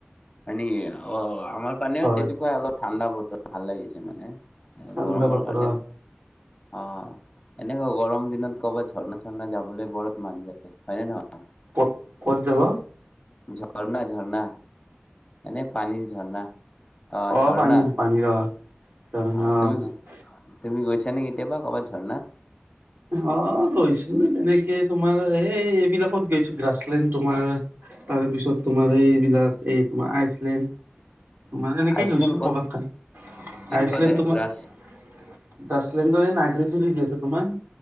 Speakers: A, on the left (about 25°); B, on the right (about 60°).
A: হয় নেকি অঁ আমাৰ ফালে
B: হয়
A: তেনেকুৱা অলপ ঠাণ্ডা বতৰ ভাল লাগিছে মানে
B: ঠাণ্ডা
A: গৰমৰ
B: বতৰত
A: কাৰণে অঁ এনেকুৱা গৰম দিনত ক'ৰবাত ঝৰ্ণা ঝৰ্ণা যাবলৈ বত মান যায় হয় নে নহয়
B: ক'ত ক'ত যাব
A: ঝৰনা, ঝৰনা এনেে পানীৰ ঝৰ্ণা অঁ
B: অ'
A: ঝৰ্ণা
B: পানীৰ পানীৰ অ' ঝৰ্ণা
A: অঁ
B: অ'
A: তুমি তুমি গৈছা নে কেতিয়াবা ক'বাত ঝৰ্ণা
B: অঁ গৈছো তেনেকে তোমাৰ এই এইবিলাকত গৈছো গ্ৰাছলেণ্ড তোমাৰ তাৰ পিছত তোমাৰ এইবিলাক এই তোমাৰ আইচলেণ্ড তোমাৰ এনেকে
A: আইচলেণ্ড
B: গৈছো
A: ক'ত
B: কৰবাত খালি আইচলেণ্ড
A: ক'ত হে
B: তোমাৰলেণ্ড
A: গ্ৰাছ
B: ন আছে তোমাৰ